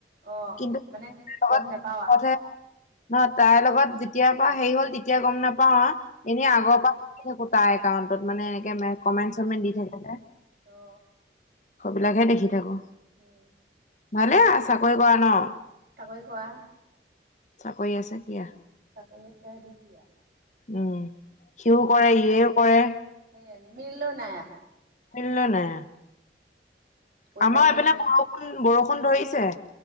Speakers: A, on the right (about 55°); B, on the left (about 40°).
A: অ
B: কিন্তু
A: মানে গম
B: লগ
A: নোপাৱা
B: ন তাইৰ লগত যেতিয়াৰ পৰা হেৰি হ'ল তেতিয়া গম নাপাও অ এনে আগৰ পৰা থাকো তাৰ একাউণ্টত মানে এনেকে কমেণ্ট চমেণ্ট দি থাকে যে
A: অ
B: সেইবিলাকে দেখি থাকো
A: উম
B: ভালে চাকৰি কৰা ন
A: তাকেই কোৱা
B: চাকৰি আছে কিয়
A: তাপ এছে দুখীয়া
B: উম সিও কৰে ইয়েও কৰে
A: সেইয়ান মিলিল ন
B: পল নে
A: পইচাটোহে
B: আমাৰ এপিনে
A: মেইন
B: বৰষুণ বৰষুণ ধৰিছে